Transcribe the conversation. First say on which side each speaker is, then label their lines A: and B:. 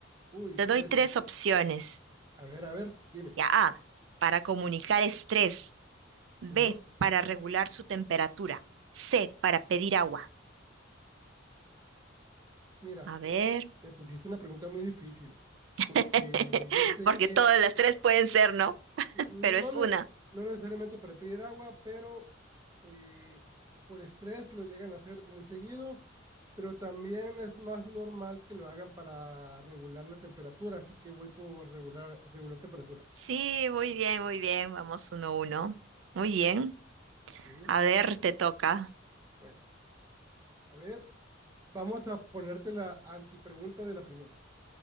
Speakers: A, on the right; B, on the right.
A: Uy,
B: Te
A: puede
B: doy tres
A: ser.
B: opciones.
A: A ver, a ver, dime.
B: Ya, A, para comunicar estrés. B,
A: Ujú.
B: para regular su temperatura. C, para pedir agua.
A: Mira,
B: A ver,
A: me pusiste una pregunta muy difícil porque
B: <laughs>
A: yo sé
B: porque
A: que
B: todas las tres pueden ser, ¿no?
A: No,
B: Pero es
A: ne-
B: una.
A: no necesariamente para pedir agua, pero eh, por estrés lo llegan a hacer muy seguido, pero también es más normal que lo hagan para regular la temperatura, así que voy por regular, regular temperatura.
B: Sí, muy bien, muy bien. Vamos uno a uno. Muy bien.
A: Sí,
B: A ver, te toca
A: bueno, a ver, vamos a ponerte la antipregunta de la primera.